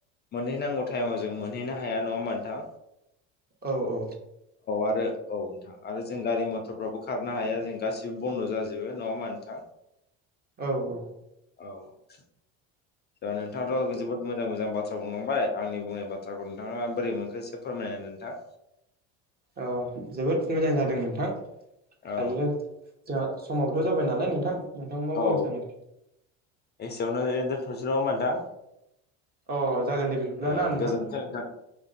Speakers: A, on the left; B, on the right.
A: मोनहैनांगौ टाइमाव जों मोनहैनो हाया नङा होमबा नोथां।
B: औ औ।
A: आरो औ नोंथां आरो जों गारि मथरफ्राबो खारनो हाया। जों गासिबो बन्द' जाजोबो। नङा नोथां।
B: औ औ
A: औ। ओ नोंथाङाथ' जोबोद मोजां मोजां बाथ्रा बुंलांबाय आंनि बुंनाय बाथ्राखौ नोंथाङा बोरै मोनखो एसे फोरमाय हेलौ नोंथां।
B: अ जोबोद मोजां जादों नोंथां। दायो
A: औ
B: जोंहा समाबोथ' जाबाय नालाय नोंथां नोंथां मा बुंनो
A: औ
B: सानो?
A: एसेयावनो दोनथ'सै नङा होनबा नोंथां?
B: अ जागोन दे बिदिब्ला
A: ओ
B: ना नोंथां
A: गोजोनथों नोंथां।